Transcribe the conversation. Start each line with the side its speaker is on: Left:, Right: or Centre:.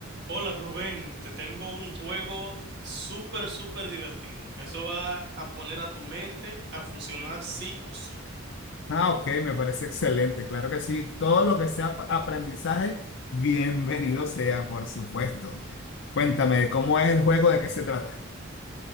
Right: Hola Rubén, te tengo un juego súper, súper divertido, que eso va a poner a tu mente a funcionar sí o sí.
Left: Ah, ok, me parece excelente, claro que sí. Todo lo que sea ap- aprendizaje, bienvenido sea, por supuesto. Cuéntame, ¿cómo es el juego? ¿De qué se trata?